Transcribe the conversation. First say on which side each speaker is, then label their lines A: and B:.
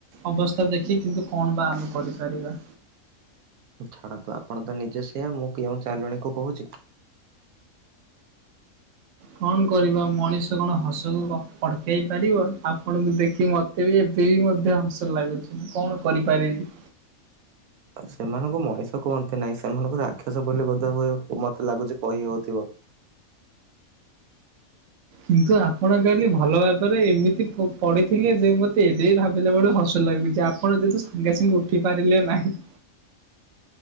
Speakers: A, on the right; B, on the right.
A: ଅବସ୍ଥା ଦେଖି କିନ୍ତୁ କଣ ବା ଆମେ କରିପାରିବା?
B: ଛାଡନ୍ତୁ ଆପଣ ତ ନିଜେ ସେୟ ମୁଁ କେଉଁ ଚାଲୁଣୀକୁ କହୁଛି?
A: କଣ କରିବା ମଣିଷ କଣ ହସକୁ ଅଟକେଇ ପାରିବ ଆପଣଙ୍କୁ ଦେଖି ମତେ ବି ଦେଇ ମଧ୍ୟ ହାସଲ ଲାଗୁଛି ମୁଁ କଣ କରିପାରିବି?
B: ଉ ସେମାନଙ୍କୁ ମଣିଷ କୁହନ୍ତି ନାହିଁ ସେମାନଙ୍କୁ ରାକ୍ଷସ ବୋଲି ବୋଧେ ହୁଏ ମତେ ଲାଗୁଛି କହି ହଉଥିବ। <inaudible>
A: କିନ୍ତୁ ଆପଣ କାଲି ଭଲ ଭାବରେ ଏମିତି ପଢ଼ିଥିଲେ ଯେ ମୋତେ ଏବେ ଭାବିଲା ବେଳ ହସ ଲାଗୁଛି। ଯେ ଆପଣ ଯେହେତୁ ସାଙ୍ଗେ ସାଙ୍ଗେ ଉଠି ପାରିଲେ ନାହିଁ।